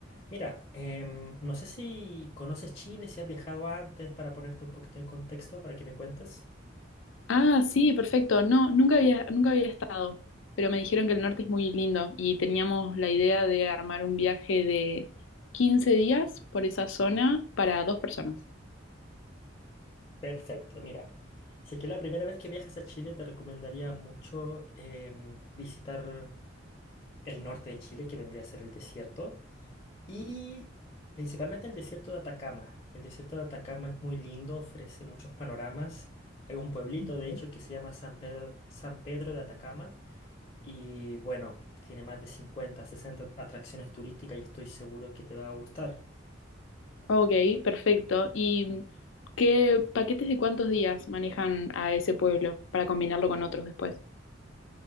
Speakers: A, on the left (about 30°); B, on the left (about 75°).
A: Mira, em, no sé si conoces Chile, si has viajado antes, para ponerte un poquito en contexto, para que me cuentes.
B: Ah, sí, perfecto. No, nunca había, nunca había estado, pero me dijeron que el norte es muy lindo y teníamos la idea de armar un viaje de 15 días por esa zona para dos personas.
A: Perfecto, mira. Si es que es la primera vez que viajas a Chile, te recomendaría mucho em, visitar el norte de Chile, que vendría a ser el desierto. Y principalmente el desierto de Atacama. El desierto de Atacama es muy lindo, ofrece muchos panoramas. Hay un pueblito,
B: Ujú.
A: de hecho, que se llama San Pedro, San Pedro de Atacama. Y bueno, tiene más de 50 60 atracciones turísticas y estoy seguro que te va a gustar.
B: Ok, perfecto. ¿Y qué paquetes de cuántos días manejan a ese pueblo para combinarlo con otros después?